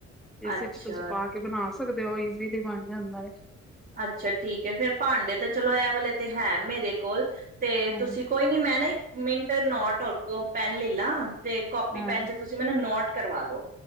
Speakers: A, in the centre; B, on the right (about 35°).
A: ਇਸ
B: ਅੱਛਾ
A: ਇਚ ਤੁਸੀਂ ਪਾ ਕੇ ਬਣਾ ਸਕ ਸਕਦੇ ਓ ਈਜ਼ੀਲੀ ਬਨ ਜਾਂਦਾ ਏ।
B: ਅੱਛਾ, ਠੀਕ ਏ ਫੇਰ ਭਾਂਡੇ ਤਾਂ ਚਲੋ ਇਹ ਵਾਲੇ ਤੇ ਹੈ ਮੇਰੇ ਕੋਲ। ਤੇ
A: ਹਾਂਜੀ
B: ਤੁਸੀਂ ਕੋਈ ਨੀ ਮੈਂ ਨਾ ਇ ਮਿੰਟ ਨੋਟ ਓਰਕੋ ਪੈਨ ਲੈਲਾਂ। ਤੇ ਕਾਪੀ
A: ਹਾਂ
B: ਪੈਨ ਚ ਤੁਸੀਂ ਮੈਨੂੰ ਨੋਟ ਕਰਵਾ ਦੋ।